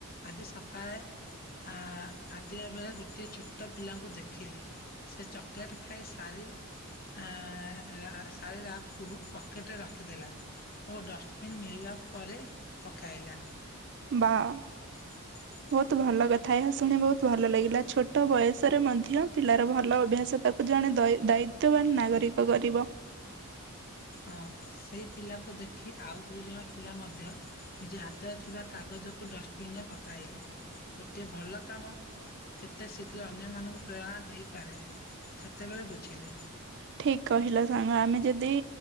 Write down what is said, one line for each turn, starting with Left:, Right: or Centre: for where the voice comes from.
Left: ଆଜି ସକାଳେ ହାଁ ଆତିଆ ବେଳେ ଗୋଟିଏ ଛୋଟ ପିଲାଙ୍କୁ ଦେଖିଲି। ସେ ଚକୋଲେଟ ଖାଇ ସାରି ଆ ଆ ସାରି ରାପକୁୁ ପକେଟରେ ରଖିଦେଲା। ଓ ଡଷ୍ଟବିନ୍ ମିଳିବା ପରେ ପକାଇଲା।
Right: ବା ଓ।
Left: <inaudible>
Right: ବହୁତ ଭଲ କଥା ଏହା ଶୁଣି ବହୁତ ଭଲ ଲାଗିଲା ଛୋଟ ବୟସରେ ମଧ୍ୟ ପିଲାର ଭଲ ଅଭ୍ୟାସ ତା ଜଣେ ଦୈ ଦାୟିତ୍ୱବାନ ନାଗରିକ କରିବ।
Left: ହଁ ସେଇ ପିଲାକୁ ଦେଖି ଆଉ ଦୁଇ ଜଣ ପିଲା ମଧ୍ୟ ନିଜ ହାତରେ ଥିବା କାଗଜ ଡଷ୍ଟବିନ ରେ ପକାଇଲେ ଗୋଟେ ଭଲ କାମ କେତେ ଶୀଘ୍ର ଅନ୍ୟମାନଙ୍କୁ ପ୍ରେରଣା ଦେଇପାରେ ସେତେବେଳେ ବୁଝିଲି।
Right: ଠିକ କହିଲ ସାଙ୍ଗ ଆମେ ଯଦି